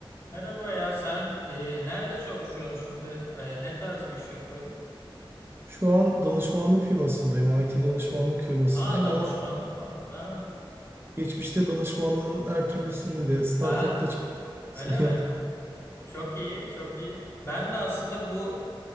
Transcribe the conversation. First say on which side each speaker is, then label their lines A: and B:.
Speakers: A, on the left; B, on the right.
A: Merhaba ya sen e, nerede çalışıyorsun şimdi? E, ne tarz bir iş yapıyordun?
B: Şu an danışmanlık firmasındayım. IT danışmanlık firmasındayım
A: Aa danışmanlık
B: ama
A: mı? Ha,
B: geçmişte danışmanlığın her türlüsünü de startupta
A: ha
B: çalıştım, hepsini
A: öyle
B: yaptım.
A: mi? E, çok iyi, çok iyi. Ben de aslında bu